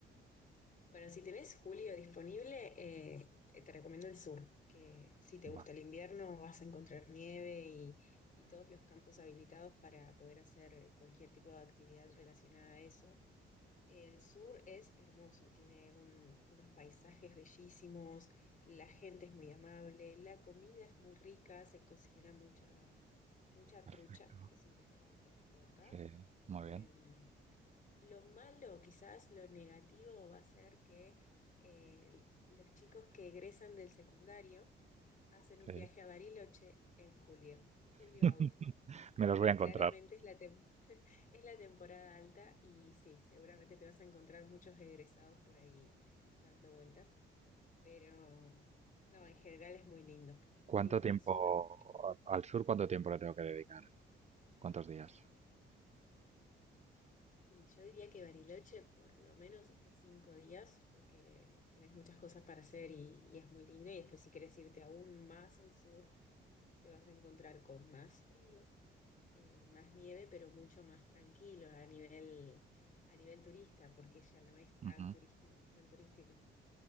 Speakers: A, on the left (about 40°); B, on the right (about 35°).
A: Bueno, si tenés julio disponible, eh, te te recomiendo el sur, que si te
B: Vale,
A: gusta el invierno vas a encontrar nieve y, y todos los campos habilitados para poder hacer cualquier tipo de actividad relacionada a eso. El sur es hermoso, tiene un- unos paisajes bellísimos, la gente es muy amable, la comida es muy rica, se cocina mucha, mucha
B: perfecto.
A: trucha, que es un pescado típico de acá.
B: Sí, muy
A: Em,
B: bien.
A: lo malo, quizás lo negativo, va a ser que eh, los chicos que egresan del secundario hacen un
B: Sí.
A: viaje a Bariloche en julio, julio-agosto,
B: <laughs> Me
A: porque
B: los voy a encontrar.
A: claramente es la, tem- es la temporada alta y sí, seguramente te vas a encontrar muchos egresados por ahí dando vueltas, pero no, en general es muy lindo, es
B: ¿Cuánto
A: muy lindo
B: tiempo
A: el sur
B: al sur, cuánto tiempo le tengo que dedicar? ¿Cuántos días?
A: Y yo diría que Bariloche por lo menos esté cinco días porque tenés muchas cosas para hacer y, y es muy lindo. Y después si querés irte aún más al sur, te vas a encontrar con más frío, eh, más nieve, pero mucho más tranquilo a nivel, a nivel turista, porque ya no es tan
B: Ujú,
A: turístico, tan turístico.